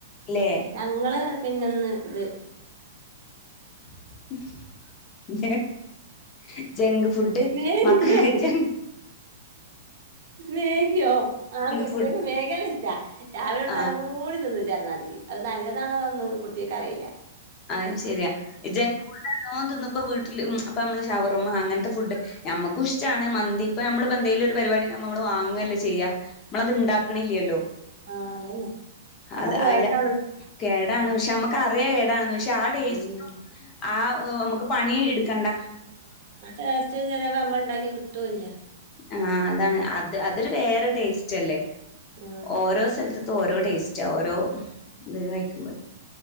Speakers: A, on the left; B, on the right.
A: ല്ലേ
B: ഞങ്ങള് പിന്നെന്ന് ത്
A: <unintelligible> ജങ്ക് ഫുഡ്
B: മേഗിയോ
A: മക്കൾക്ക് ജ
B: മേഗിയോ ആ കുട്ട്യേള്
A: ഫുഡ്
B: മേഗി നല്ല ഇഷ് റ്റാ രാവിലെ കൊടുത്താലും
A: ആ
B: കൂടി തിന്നും ചെൽ ന്നാതിരി അത് നല്ലതാണോന്നൊന്നും കുട്ട്യേക്ക് അറീല
A: ആഹ് ശരിയാ ഇ ജങ്ക് ഫുഡ്‌ എന്നൂം തിന്നുമ്പം വീട്ടില് ഉം അപ്പം നമ്മള് ഷവർമ്മ അങ്ങനത്തെ ഫുഡ് ഞമ്മക്കും ഇഷ്ടാണ് മന്തി ഇപ്പം നമ്മള് ഇപ്പം എന്തേലും ഒര് പരിപാടിണ്ടാവുമ്പോ നമ്മള് വാങ്ങ് അല്ലേ ചെയ്യാ നമ്മളത് ഇണ്ടാക്കിണില്ലല്ലോ
B: ആഹ് അതന്നെ അതൊക്കെ
A: അതെ അയിലാ
B: കേടാണ്
A: കേടാണ് പക്ഷെ നമ്മക്ക് അറിയാം <unintelligible> പക്ഷെ ആ ടേസ്റ്റി
B: ഉം
A: ആ ഉം നമുക്ക് പണി ഇട്ക്കണ്ടാ
B: ആ ടേസ്റ്റ് ചെലേപ്പോ നമ്മള് ഇണ്ടാക്കിയ കി ട്ടൂല്ലാ
A: ആഹ് അതാണ് അത് അതൊരു വേറെ ടേസ്റ്റ് അല്ലേ
B: ആഹ്
A: ഓരോ സൽത്ത് ഓരോ ടേസ്റ്റാ ഓരോ ഇത് കഴിക്കുമ്പ